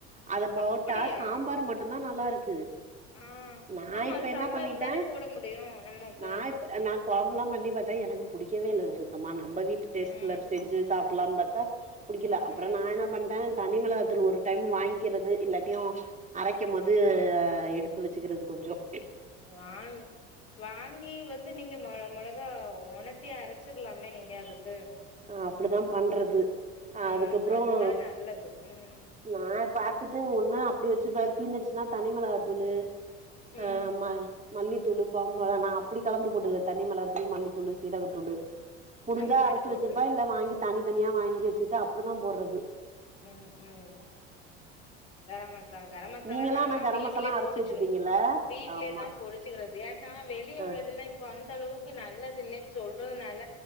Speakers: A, on the right; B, on the left.
A: அத போட்டா
B: அப்படியா
A: சாம்பார் மட்டும்தான் நல்லா இருக்கு
B: ஆ
A: நா
B: ஆமா
A: இப்ப
B: அது சாம்பாருக்கு
A: என்ன பண்ணிட்டேன்
B: தானே போட முடியு நமக்கு
A: நா இப்ப நா குழம்புல்லாம் பண்ணி பார்த்தேன் எனக் புடிக்கவே இல்ல சுத்தமா நா நம்ம வீட்டு டெஸ்
B: ம்
A: புல்லா செஞ்சு சாப் ப்பலாம்னு பார்த்த புடிக்கல
B: ம்
A: அப்புறம் நா என்ன பண்டேன் தனிமெளகதூள் ஒரு டைம் வாங்கிக்கிறது இல்லாட்டையும் அரைக்கும் போது எடுத்து வச்சுக்கிறது கொஞ்சம்
B: வாங் வாங்கி வந்து நீங்க ம மிளகா உணத்திய அரைச் வச்சிருலமே நீங்க அதுக்கு
A: அ அப்டிதா பண்றது
B: ம்
A: அதுக்கப்புறம்
B: அதுதா நல்லது ம்
A: நான் பா ட்டு ஒண்ணு அப்டி வச்சு தீர்தந்துச்சுன்னா தனி மிளகாத்தூளு ஹ்
B: ம்
A: ஆமா மல்லித்தூளு குழம்பு மெளகா அப்படி கலந்து போட்டுக்கிறேன் தனி மிளக தூளு மல்லித்தூளு சீரகத்தூளு முடிஞ்சா
B: அந்த மாரி
A: அர்
B: போட்ருது
A: துபாய்ல வாங்கிட்டு வந்து தனி தனியா வாங்கி வச்சுட்டு அப்புறம் தான் போடுறது
B: ம் ம் கரம் மசாலா கரம் மசாலா
A: நீங்கல்லா
B: நான்
A: ஆனா
B: எல்லாம்
A: கரம்
B: வீடலேயே
A: மசாலா அரச்சு
B: பொடிச்சிடும்
A: வச்சுப்பீங்கல்ல
B: வீட்லயேதான்
A: ஆமா
B: பொடிச்சுக்கிறது ஏன்னா வெளியே
A: அ
B: உள்ளத எல்லாம் இப்ப அந்த அளவுக்கு நல்லது இல்லன்னு சொல்றதுனால